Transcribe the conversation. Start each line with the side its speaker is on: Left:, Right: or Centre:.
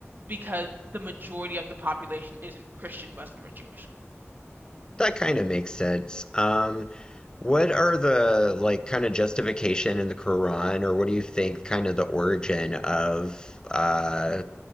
Right: because the majority of the population isn't Christian, Muslim, or Jewish.
Left: That kind of makes sense. Um, what are the like kind of justification in the Quran, or what do you think kind of the origin of uh,